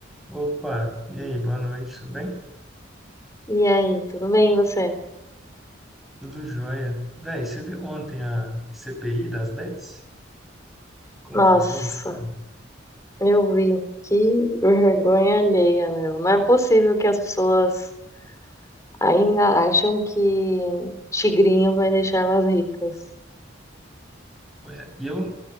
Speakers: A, in the centre; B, on the left.
A: Opa, e aí, boa noite, tudo bem?
B: E aí, tudo bem, e você?
A: Tudo jóia. Véi, você viu ontem a CPI das bets? Confusão
B: Nossa,
A: que foi.
B: eu vi. Que <laughs> vergonha alheia, meu. Não é possível que as pessoas ainda acham que tigrinho vai deixar elas ricas.
A: Pois é. E eu